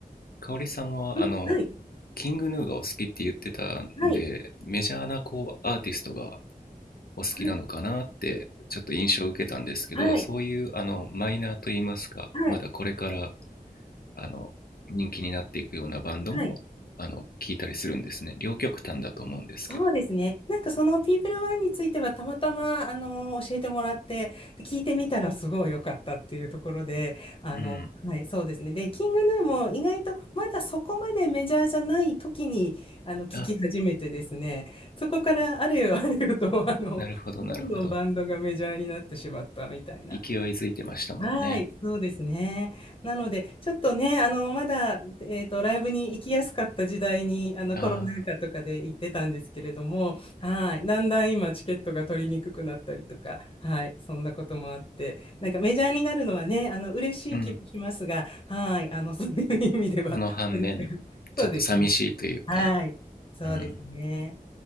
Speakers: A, on the left (about 75°); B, on the left (about 35°).
A: 香織さんは、
B: うん、
A: あの、
B: はい。
A: キングヌーがお好きって言ってたんで、
B: はい。
A: メジャーなこうアーティストがお好きなのかなってちょっと印象を受けたんですけど、
B: はい。はい。
A: そういうあのマイナーといいますか、
B: はい。
A: まだこれからあの人気になっていくようなバンドもあの聞いたりするんですね。
B: はい。
A: 両極端だと思うんですけど。
B: そうですね。なんかそのピープルワンについてはたまたま、あの、教えてもらって、で聞いてみたらすごい良かったっていうところで、あの、
A: うん。
B: はい、そうですね。で、キングヌーも意外とまだそこまでメジャーじゃない時に、あの、聞き始めてですね、
A: あ、
B: そこからあれよあれよと、あの、
A: なるほどなるほど。
B: どんどんバンドがメジャーになってしまったみたいな
A: 勢いづいてましたもんね。
B: はい、そうですね。なので、ちょっとね、あの、まだ、えっと、ライブに行きやすかった時代に、あの、
A: ああ、
B: コロナ禍とかで行ってたんですけれども、はい、だんだん今、チケットが取りにくくなったりとか、はい、そんなこともあって、なんかメジャーになるのはね、あの、嬉しい気もしますが、
A: うん
B: はい、あの、そういう意味では、
A: その反面、
B: なんか
A: ちょっと寂しいというか、
B: そうですね。はい、そうですね。
A: うん。